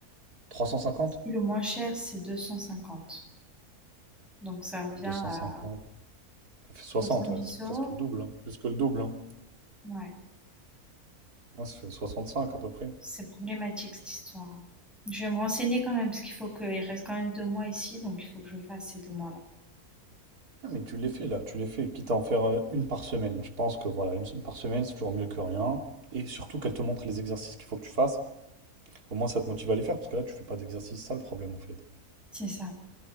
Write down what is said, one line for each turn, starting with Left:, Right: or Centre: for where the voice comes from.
Right: Trois cent cinquante.
Centre: Si, le moins cher, c'est 250. Donc ça revient
Right: Deux cent
Centre: à
Right: cinquante. Ça fait 60,
Centre: 70
Right: ouais, c'est
Centre: euros.
Right: presque le double, hein, Plus que le double, hein.
Centre: Ouais,
Right: Ouais, ça fait 65 à peu près.
Centre: c'est problématique cette histoire. hein. Je vais me renseigner quand même, parce qu'il faut qu'il reste quand même deux mois ici, donc il faut que je fasse ces deux mois-là.
Right: Ah, mais tu l'es fait là, tu l'es fait, quitte à en faire euh, une par semaine. Je pense que voilà, une semaine par semaine, c'est toujours mieux que rien. Et surtout qu'elle te montre les exercices qu'il faut que tu fasses. Au moins, ça te motive à les faire, parce que là, tu fais pas d'exercice, c'est ça le problème en fait.
Centre: C'est ça.